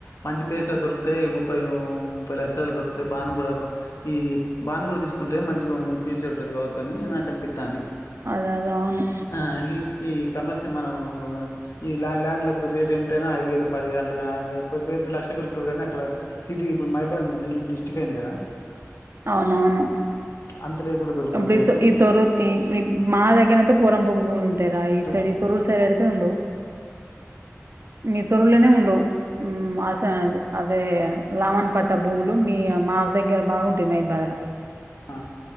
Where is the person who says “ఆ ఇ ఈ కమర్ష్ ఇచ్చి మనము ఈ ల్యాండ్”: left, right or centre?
Left